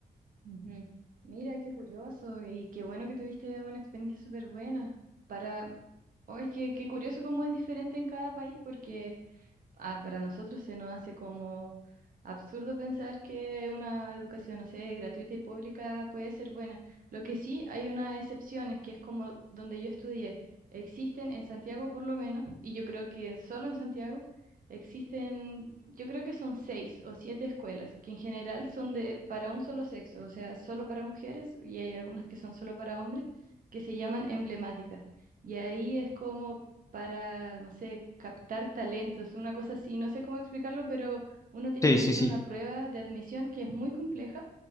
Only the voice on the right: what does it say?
Ujú. Mira, qué curioso y qué bueno que tuviste una experiencia súper buena. Para, oh, es que qué curioso cómo es diferente en cada país porque ah, para nosotros se nos hace como absurdo pensar que una educación, no sé, gratuita y pública puede ser buena. Lo que sí, hay unas excepciones, que es como donde yo estudié. Existen en Santiago por lo menos, y yo creo que solo en Santiago existen, yo creo que son seis o siete escuelas, que en general son de para un solo sexo, o sea, solo para mujeres, y hay algunas que son solo para hombres, que se llaman emblemáticas. Y ahí es como para, no sé, captar talentos, una cosa así, no sé cómo explicarlo, pero uno tiene
que hacer
una prueba de admisión que es muy compleja.